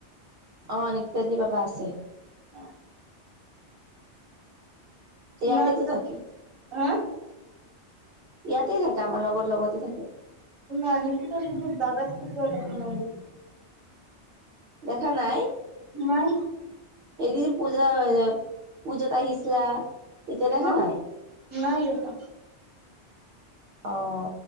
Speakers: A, on the right (about 60°); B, on the right (about 25°).
A: অ নিকিতা দি বাবা আছে
B: অ
A: ইয়াতেতো
B: নাই ত
A: থাকে
B: হা
A: ইয়াতে থাকে আমাৰ লগৰ লগতে থাকে
B: নাই নকি ত নিজৰ দাদাকটো কিয় দেখা নাই
A: দেখা নাই
B: নাই,
A: এদিন পূজা পূজাত আহিছিলা তেতিয়া দেখা
B: না,
A: নাই
B: নাই দেখা।
A: আহ